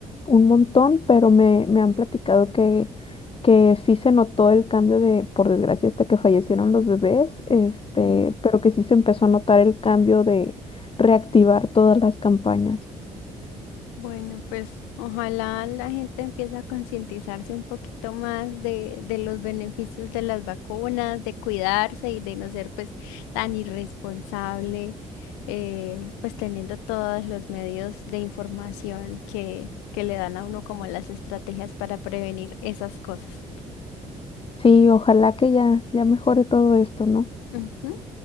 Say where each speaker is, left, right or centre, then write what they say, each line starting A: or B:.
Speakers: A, on the left; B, on the left.
A: un montón, pero me, me han platicado que, que sí se notó el cambio de, por desgracia, hasta que fallecieron los bebés, este,
B: Mm.
A: pero que sí se empezó a notar el cambio reactivar todas las campañas.
B: Bueno, pues ojalá la gente empiece a concientizarse un poquito más de, de los beneficios de las vacunas, de cuidarse y de no ser pues tan irresponsable, eh, pues teniendo todos los medios de información que, que le dan a uno como las estrategias para prevenir esas cosas.
A: Sí, ojalá que ya, ya mejore todo esto, ¿no?
B: Ujú.